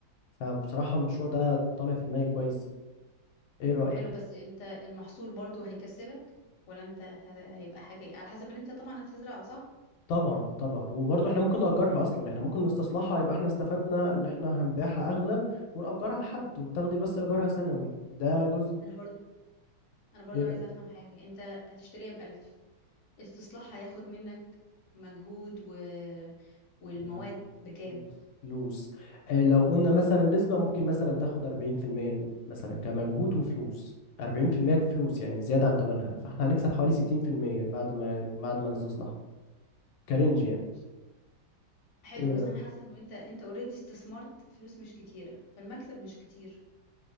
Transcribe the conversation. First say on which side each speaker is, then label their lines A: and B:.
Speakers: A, on the left; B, on the left.
A: فبصراحة المشروع
B: ط-
A: ده طالع في دماغي كويس إيه رأيك؟
B: حلو بس انت المحصول برضو هيكسبك ولا انت ه- هيبقى حاجه إيه؟ على حسب اللي انت طبعا هتزرعه صح
A: طبعا طبعا وبرضه احنا ممكن نأجرها أصلا احنا ممكن نستصلحها يبقى احنا استفدنا إن احنا هنبيعها أغلى ونأجرها لحد وتاخدي بس إيجارها سنوي ده جزء
B: انا برضو انا برضو
A: ايه
B: عايزه افهم حاجه انت هتشتريها بألف استصلاحها هياخد منك مجهود و... والمواد
A: و-
B: بكام
A: وفلوس آه، لو قلنا مثلا نسبة ممكن مثلا تاخد 40% مثلا كمجهود وفلوس 40% فلوس يعني زيادة عن تمنها فاحنا هنكسب حوالي
B: مم.
A: 60% بعد ما بعد ما نستصلحها كرنج يعني
B: حلو
A: ايه رأيك
B: بس انا حاسه ان انت انت اوريدي استثمرت فلوس مش كتيره فالمكسب مش كتير